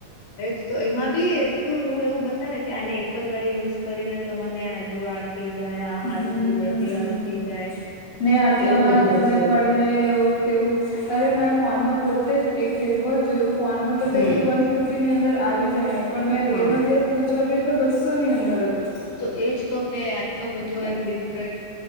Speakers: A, on the left; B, on the left.
A: એ તો એમાં બી એટલું એવું એવું બતાવે કે આને એક જ વાર યુઝ કરીને તને હાલુ આ થઈ જાય હે આ હારું
B: હમ
A: થઈ જાય તે હારું થઈ જાય.
B: ને આટલામાં
A: એવું બધું
B: તમને
A: બતાવે.
B: પડે એવું તેવું અરે મે ફોનમાં પોતે જ એક ફેસ વોશ જોયું ફોનમાં બતાવે
A: હમ
B: કે વન ફિફ્ટી ની અંદર આવી જાય પણ મેં રિયલમાં
A: હા
B: જયારે પૂછવા ગયો તો બસ્સો ની અંદર હતો.
A: તો એજ તો કે આટલું બધો એમ ડિફરન્ટ